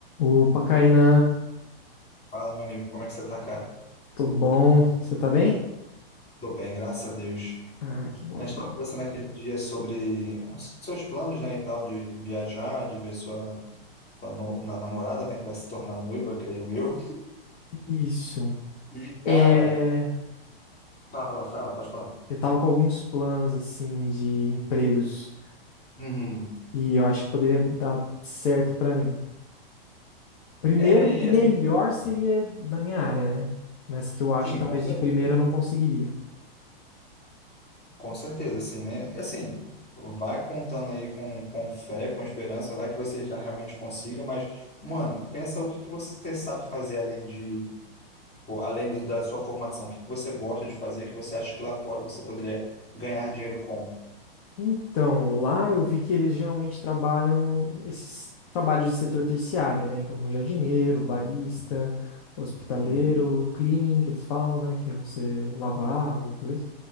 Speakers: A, on the left; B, on the left.
A: Opa, Caína,
B: Fala, meu amigo, como é que você tá, cara?
A: tô bom. Você tá bem?
B: Tô bem, graças a Deus.
A: Ah, que bom
B: A
A: então.
B: gente tava conversando aquele dia sobre os seus planos, né, e tal, de viajar, de ver sua, sua no- na namorada, né, que vai se tornar noiva, creio eu.
A: Isso.
B: E, cara,
A: É,
B: fala, fala, pode falar.
A: eu tava com alguns planos assim de empregos
B: Uhum.
A: e eu acho que poderia dar certo pra mim. Primeiro,
B: É,
A: melhor
B: e assim,
A: seria na minha área, né? Mas que eu acho
B: sim,
A: que talvez
B: com certeza,
A: de primeira eu não conseguiria.
B: com certeza, assim, né? E assim, vai contando aí com, com fé, com esperança, vai que você já realmente consiga, mas, mano, pensa o que que você sabe fazer além de Pô, além do- da sua formação, o que que você gosta de fazer que você acha que lá fora você poderia ganhar dinheiro com?
A: Então, lá eu vi que eles geralmente trabalham esses trabalhos de setor terciário, né? Então, jardineiro,
B: Uhum.
A: barista, hospitaleiro,
B: Uhum.
A: cleaning, que eles falam, né? Que é você lavar alguma coisa.